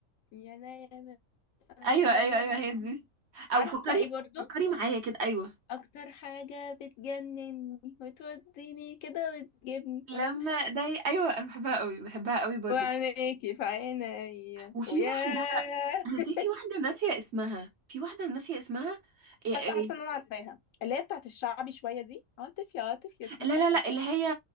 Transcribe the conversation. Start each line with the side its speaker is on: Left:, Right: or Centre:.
Left: يا نايمة مسلمة
Right: ايوه ايوه ايوه هي دي او
Left: عارفة
Right: فكري
Left: ايه برضو
Right: فكري معايا كده ايوه
Left: أكتر حاجة بتجنني وتوديني كده وتجيبني
Right: لما
Left: ولم حاجة
Right: ده ايوه انا بحبها قوي بحبها قوي برضو
Left: وعينيكي في عيني
Right: وفي
Left: وياه
Right: واحده انا
Left: <laughs>
Right: زي في واحده ناسيه اسمها في واحده ناسيه اسمها إيه
Left: حاسة
Right: إيه.
Left: حاسة ان انا عارفاها اللي هي بتاعت الشعبي شوية دي عاطف يا عاطف يا تيفا
Right: لا لا لا
Left: يا
Right: اللي هي